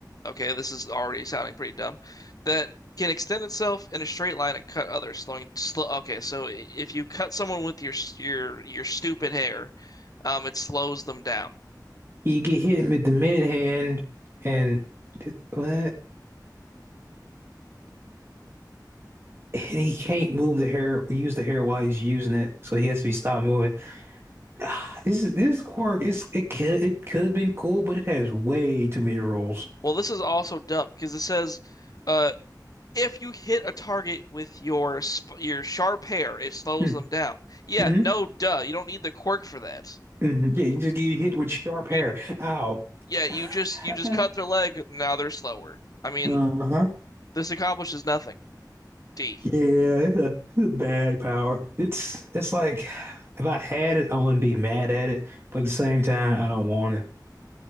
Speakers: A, on the left; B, on the right.
A: Okay, this is already sounding pretty dumb. That can extend itself in a straight line and cut others, slowing slow. Okay, so i- if you cut someone with your your your stupid hair, um, it slows them down.
B: You get hit with the minute hand and what? and he can't move the hair, use the hair while he's using it, so he has to be stopped moving. Ah, this is this quirk. It's it could it could have been cool, but it has way too many rules.
A: Well, this is also dumb because it says. Uh, If you hit a target with your sp your sharp hair, it slows
B: Hmm.
A: them down. Yeah,
B: Mm-hmm.
A: no, duh. You don't need the quirk for that.
B: hmm Yeah, you just get hit with sharp
A: You
B: hair. Ow. <laughs>
A: yeah, you just you
B: Uh-huh.
A: just cut their leg. Now they're slower. I mean,
B: Uh-huh.
A: this accomplishes nothing. D.
B: Yeah, it's a, it's a bad power. It's it's like if I had it, I wouldn't be mad at it, but at the same time, I don't want it.